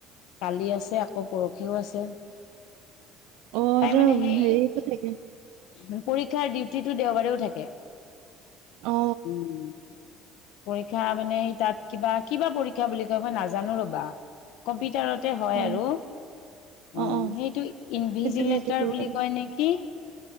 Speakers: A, on the left; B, on the right.
A: কালি আছে আকৌ পৰখিও আছে।
B: অ
A: তাই
B: এইটোৰ
A: মানে সেই
B: হেৰিটো
A: ঢি
B: থাকে
A: ঢি পৰীক্ষাৰ ডিউটিটো দেওবাৰেও থাকে।
B: অ
A: উম উ। পৰীক্ষা মানে সেই তাত কিবা কিবা পৰীক্ষা বুলি কয় মই নাজানোঁ ৰবা কম্পিউটাৰ তে হয়
B: অ
A: আৰু
B: অ
A: উম,
B: অ
A: সেইটো ইনভিজিলেটাৰ
B: সেইটো ডিউটি কৰিব
A: বুলি
B: লাগে
A: কয় নেকি?